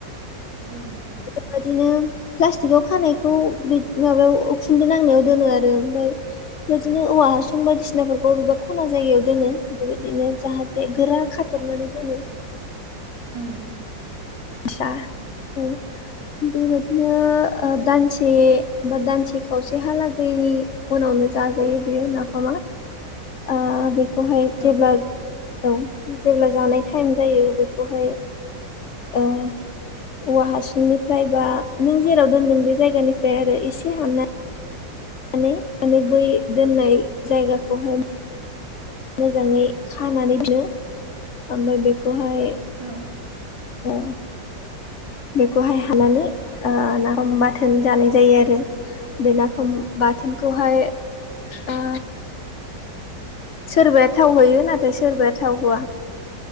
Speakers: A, on the right; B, on the left.
A: औ
B: बेफोरबायदिनो प्लास्टिकआव खानायखौ माबायाव उखुन्दै नांनायाव दोनो आरो ओमफ्राय बेबायदिनो औवा हासुं बायदिसिनाफोरखौ बबेबा खना जायगायाव दोनो बेबायदिनो जाहाथे गोरा खाथबनानै दोनो
A: उम
B: <unintelligible> बेबायदिनो दानसे बा दानसे खावसेहालागै उनावनो जाजायो बेयो नाफामा बे बेखौहाय
A: औ
B: जेब्ला औ जेब्ला जानाय टाइम जायो बेखौहाय ओ औवा हासुंनिफ्राय बा नों जेराव दोनदों बे जायगानिफ्राय आरो एसे हानना माने बै दोननाय जायगाखौहाय मोजाङै खानानै दोनफिनो ओमफ्राय बेखौहाय
A: औ
B: ए बेखौहाय हाननानै ओ नाफाम बाथोन जानाय जायो आरो बे नाफाम बाथोनखौहाय ओ सोरबाया थाव होयो नाथाय सोरबाया थाव होआ